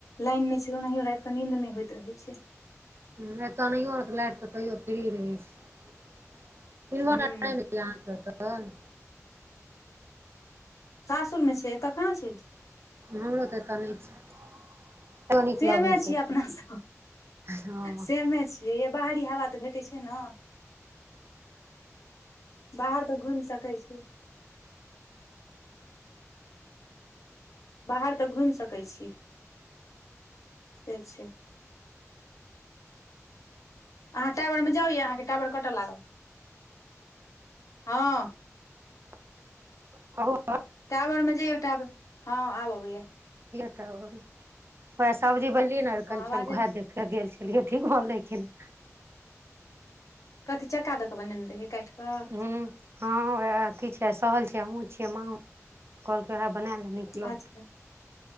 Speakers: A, on the left; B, on the right.
A: लाइन नहि छै ओनाहियो राति कऽ नींद नहि होइत रहै छै
B: ह एतए नहि रहितै लाइट एतय फ्री रहै छै इनभर्टर
A: हूँ
B: नै लेलियै अहाँके एखैन
A: सासुरमे छै एतय कहाँ छियै
B: हमरो तऽ एतय नहि छै तैयो नीक
A: सेमे
B: लगै छै
A: छियै
B: एतय
A: अपनासँ
B: हँ
A: सेमे छियै यझ बाहरी इएहा बात भेटैत छै ने बाहर तऽ घुमि सकै छी बाहर तक घुमि सकै छी से छै अहाँ टावरमे जाउए अहाँके टावर कटैय लागल हँ
B: <unintelligible>
A: टावरमे जइयौ टावर हँ आब अबैया
B: वह सब्जी बनलियै न हरिकंचनके
A: हँ आवाजे
B: उहाए देख गेल छलिए कहिलिए ठीक भेल कि नाहि
A: कथि चक्का दके बनैने रहिए काटि कऽ
B: हूँ हँ उएह अथी छै सहल छै हमहुं चियै मा कहलकै उएह बनाय ले नीक लगतौ
A: अच्छा